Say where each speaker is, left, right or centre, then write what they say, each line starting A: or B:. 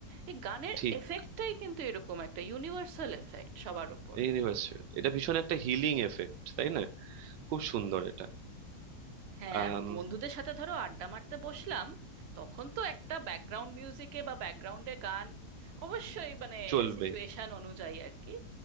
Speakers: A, on the right; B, on the right.
A: এই গানের
B: ঠিক
A: এফেক্টটাই কিন্তু এরকম একটা ইউনিভার্সাল এফেক্ট সবার ওপর
B: ইউনিভার্সাল এটা ভীষণ একটা হিলিং এফেক্ট তাই না খুব সুন্দর এটা
A: হ্যাঁ
B: আম,
A: আর বন্ধুদের সাথে ধরো আড্ডা মারতে বসলাম তখন তো একটা ব্যাকগ্রাউন্ড মিউজিকে বা ব্যাকগ্রাউন্ডে গান অবশ্যই মানে
B: চলবে
A: সিচুয়েশন অনুযায়ী আর কি